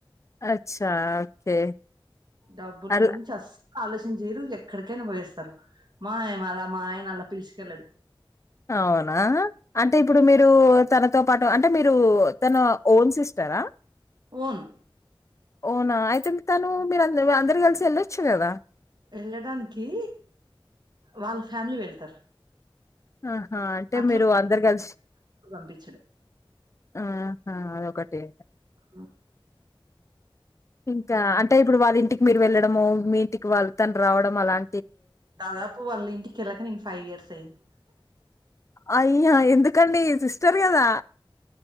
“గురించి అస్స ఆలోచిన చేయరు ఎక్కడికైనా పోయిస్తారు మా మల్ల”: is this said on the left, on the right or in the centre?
Right